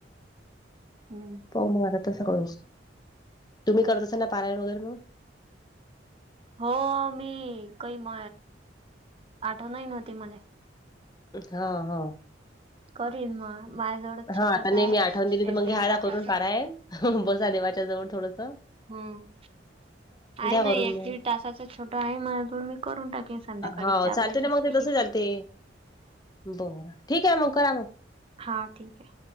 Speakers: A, on the right (about 30°); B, on the left (about 20°).
A: हम्म
B: हो मग आता तसं करू तुम्ही करत असल ना पारायण वगैरे मग
A: हो मी काही म आठवण नव्हती मला?
B: हा हा
A: करीन मग माझ्या जवळ
B: हां,
A: छोटस
B: आता नाही
A: आहे
B: मी आठवण दिली तर
A: एक
B: मग
A: दीड
B: घ्या आता
A: तासाच
B: करून पारायण. बसा देवाच्या जवळ थोडंस.
A: हम्म आहे ना
B: करून
A: एक
B: मग.
A: दीड तासाच छोटं आहे माझ्याजवळ मी करून टाकेन? संध्याकाळी
B: हां,
A: चारला
B: चालते ना
A: बसते
B: मग ते
A: की.
B: तसं चालते. बरं ठीक आहे मग करा मग.
A: हां ठीक आहे?